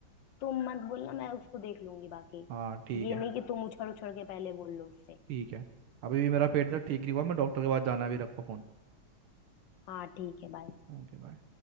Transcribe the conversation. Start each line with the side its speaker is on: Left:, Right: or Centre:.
Left: तुम मत बोलना मैं उसको देख लूंगी बाकी
Right: हाँ ठीक
Left: ये
Right: है
Left: नहीं कि तुम उछल उछल के पहले बोल लो उससे
Right: ठीक है अभी भी मेरा पेट दर्द ठीक नहीं हुआ मैं डॉक्टर के पास जाना भी रखो फोन
Left: हाँ ठीक है बाय
Right: Okay bye